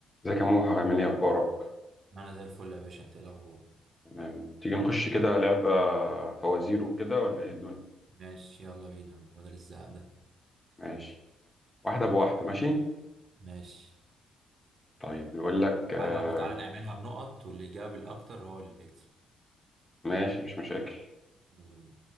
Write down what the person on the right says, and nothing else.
انا زي الفل يا باشا انت ايه الاخبار
ماشي يلا بينا من بدل الزهق ده
ماشي
تعالى وتعالى نعملها بنقط واللي جاب الاكتر هو اللي يكسب
يلا بينا